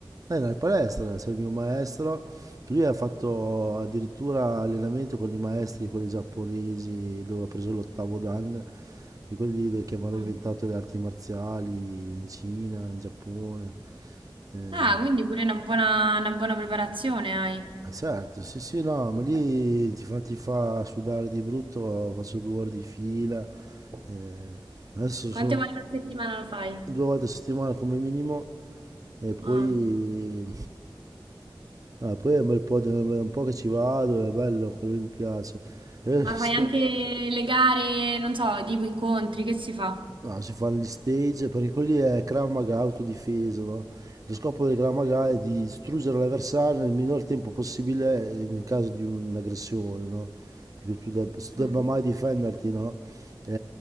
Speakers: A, on the right (about 40°); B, on the right (about 75°).
A: Era in palestra, c'è il mio maestro. Lui ha fatto addirittura allenamento con i maestri, quelli giapponesi, dove ha preso l'ottavo dan, e quelli de- che avevano
B: Ah,
A: inventato le arti marziali in Cina, in Giappone. Eh,
B: Ah, quindi pure una buona, una buona preparazione hai.
A: eh, certo, sì, sì, no, ma lì ti fa, ti fa sudare di brutto, faccio due ore di fila. eh. adesso
B: Quante
A: sono
B: volte a settimana lo fai?
A: due volte a settimana come minimo. E poi...
B: Ah,
A: No, e poi è un bel po', di- è un po' che ci vado, è bello, quello lì mi piace. E
B: ma
A: sto-
B: fai anche le gare, non so, tipo incontri, che si fa?
A: no, si fanno gli stage, perché quelli è Krav Maga, autodifesa, no? Lo scopo del Krav Maga è di distruggere l'avversario nel minor tempo possibile eh, in caso di un'aggressione, no? Che tu deb- tu debba
B: Mm.
A: mai difenderti, no? Eh,